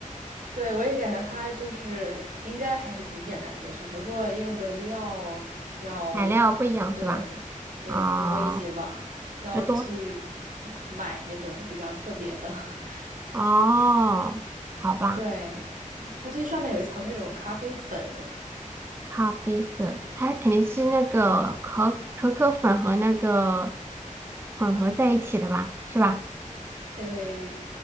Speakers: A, on the right; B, on the right.
A: 对，我也感觉它就是应该还是挺简单的，只不过用的料要
B: 材料不一样是吧？
A: 对对多一些吧，
B: 啊、
A: 要去
B: 要多
A: 买那种比较特别的。<laughs>
B: 哦，好吧。
A: 对，它最上面有一层那种咖啡粉，
B: 咖啡色，它肯定是那个可可可粉和那个混合在一起的吧，是吧？
A: 诶，